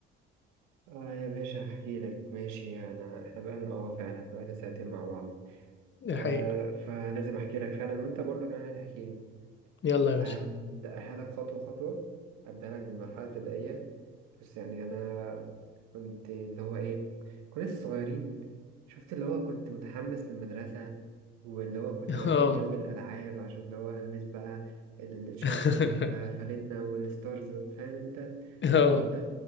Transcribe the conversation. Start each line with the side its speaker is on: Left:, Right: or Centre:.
Right: اه يا باشا هحكي لك ماشي يعني انا احنا بقالنا اه فعلا احنا بقالنا ساعتين مع بعض
Left: دي
Right: آه
Left: حقيقه
Right: فلازم احكي لك فعلا وانت برضه كمان هتحكي لي
Left: يلا يا باشا
Right: هبدأها لك خطوة خطوة هبدأها لك بالمرحلة الابتدائية بس يعني أنا كنت اللي هو إيه كنا لسه صغيرين شفت اللي هو كنت متحمس للمدرسة واللي هو كنت
Left: <laughs>
Right: بستنى
Left: اه
Right: يوم الألعاب عشان اللي هو ألبس بقى الشورت
Left: <laughs>
Right: والفانلة والستارز فاهم أنت
Left: اه
Right: الحوار ده